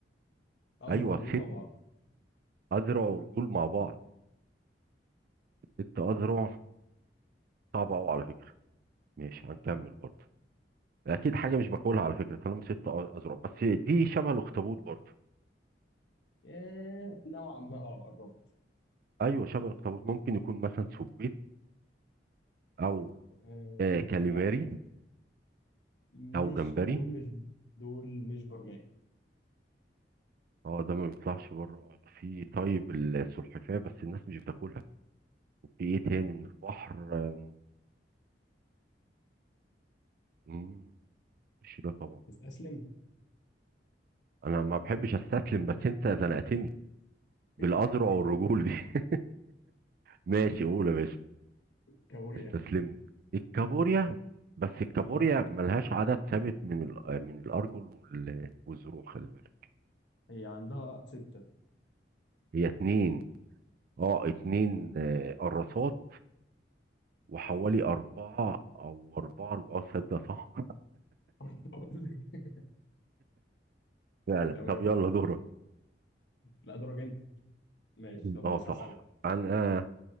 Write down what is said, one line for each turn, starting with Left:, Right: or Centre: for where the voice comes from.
Left: اذرع
Right: ايوه
Left: ورجول
Right: ست
Left: مع بعض
Right: اذرع ورجول مع بعض ست اذرع صعب اهو على فكره ماشي هنكمل برضه اكيد حاجه مش باكلها على فكره طالما ست أ- اذرع بس دي شبه الاخطبوط برضه
Left: آه، نوعا ما اه قربت
Right: ايوه شبه الاخطبوط ممكن يكون مثلا سبيط او
Left: آه،
Right: آه كاليماري
Left: لا مش
Right: او جمبري
Left: دول مش دول مش برمائي
Right: اه ده ما بيطلعش بره في طيب السلحفاه بس الناس مش بتاكلها وفي ايه تاني من البحر آه، مم، مش ده طبعا
Left: تستسلم
Right: انا ما بحبش استسلم بس انت زنقتني
Left: <laughs>
Right: بالاذرع والرجول دي <laughs> ماشي قول يا باشا
Left: كابوريا
Right: استسلمت الكابوريا بس الكابوريا
Left: اه
Right: ملهاش عدد ثابت من ال- من الارجل وال- والزروع خلي بالك
Left: هي عندها ستة
Right: هي اتنين اه اتنين آه، قراصات وحوالي
Left: اه
Right: اربعة او اربعة اه تصدق صح
Left: بقول لك
Right: <laughs> فعلا
Left: تمام
Right: طب يلا دورك
Left: لا دورك انت ماشي طب
Right: اه
Left: بص هسألك
Right: صح انا